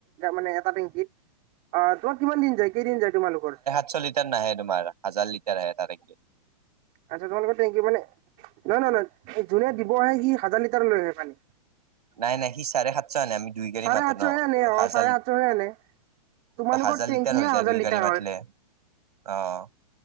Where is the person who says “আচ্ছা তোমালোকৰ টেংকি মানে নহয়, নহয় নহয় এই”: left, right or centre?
Right